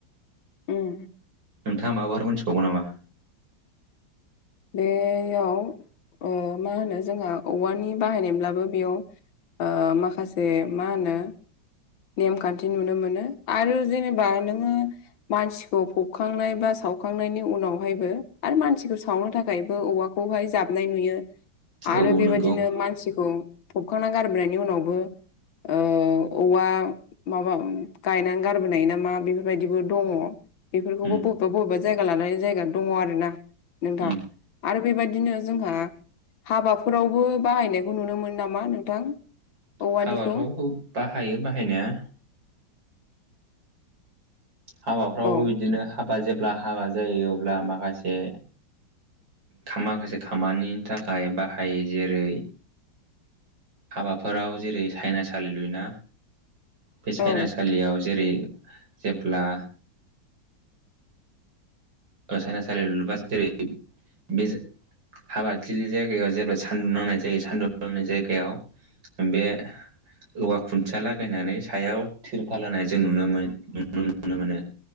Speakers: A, on the left (about 80°); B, on the right (about 70°).
A: उम
B: नोंथाङा माबाफोर मोनथिबावगौ नामा
A: बेयाव ओ मा होनो जोंहा औवानि बाहायनायब्लाबो बेयाव माखासे मा होनो नेमखान्थि नुनो मोनो आरो जेनेबा नोङो मानसिखौ फबखांनाय बा सावखांनायनि उनावहायबो आरो मानसिखौ सावनो थाखायबो औवाखौहाय जाबनाय नुयो
B: औ
A: आरो
B: औ
A: बेबायदिनो
B: नंगौ
A: मानसिखौ फबखांना गारबोनायनि उनावबो ओ औवा माबा गायनानै गारबोनाय नामा बेफोरबायदिबो दङ बेफोरखौबो
B: उम
A: बबेबा बबेबा जायगा लानानै जायगा दङ आरोना नोंथां
B: उम
A: आरो बेबायदिनो जोंहा हाबाफोरावबो बाहायनायखौ नुनो मोन नामा नोंथां औवानिखौ
B: हाबाफ्राव बाहायो बाहायनाया हाबाफ्रावबो
A: औ
B: बिदिनो हाबा जेब्ला हाबा जायो अब्ला माखासे माखासे खामानिनि थाखाय बाहायो जेरै हाबाफोराव जेरै सायनासालि लुयोना बे सायनासालियाव
A: औ
B: जेरै जेब्ला सायनासालि लुबा जेरै बे हाबादथिलि जायगायाव जेब्ला सान्दुं नांनाय जायो सान्दुं दनाय जायगायाव बे औवा खुन्थिया लागायनानै सायाव थिरफाल होनाय जों नुनो मोन नु नुनो मोनो